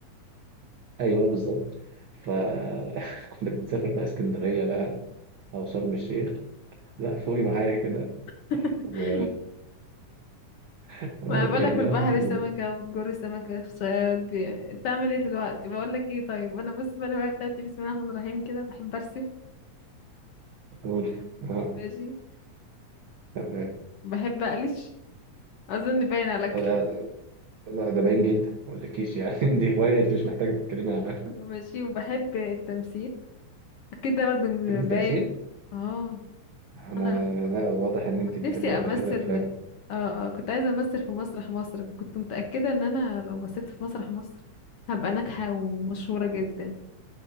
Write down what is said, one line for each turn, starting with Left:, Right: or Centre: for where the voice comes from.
Right: ايوه بالظبط فكنا <laughs> بنسافر بقى اسكندريه بقى او شرم الشيخ لا فوقي معايا كده
Left: <laughs>
Right: و <laughs>
Left: ما أنا بقولك
Right: يعني
Left: في البحر
Right: اه و-
Left: سمكه وبتجر سمكه في صياد دي. بتعمل ايه دلوقتي بقولك ايه طيب انا بص بقى الهوايه بتاعتي بسم الله الرحمن الرحيم كده بحب ارسم
Right: قول اه
Left: ماشي
Right: تمام
Left: وبحب اقلش اظن باين عليك
Right: انا لا ده باين جدا ما اقولكيش يعني <laughs> دي هوايه انت مش محتاجه تتكلمي عنها
Left: <laughs> ماشي وبحب التمثيل اكيد ده برضه م-
Right: تحبي التمثيل
Left: باين اه
Right: انا
Left: انا
Right: لا واضح ان انت
Left: كنت
Right: بتحبي
Left: نفسي
Right: قفشات
Left: امثل
Right: الافلام
Left: اه اه كنت عايزه امثل في مسرح مصر كنت متاكده ان انا لو مثلت في مسرح مصر هبقى ناجحه ومشهوره جدا